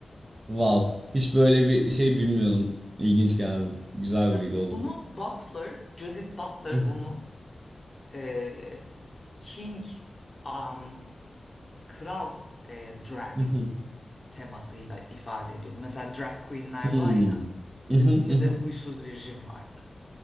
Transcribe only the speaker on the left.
Ve
bunu Butler, Judith Butler
bunu e, King, um, kral e, drag
temasıyla ifade ediyor. Mesela drag queenler
var ya, bizim
ülkede
huysuz virjin vardı.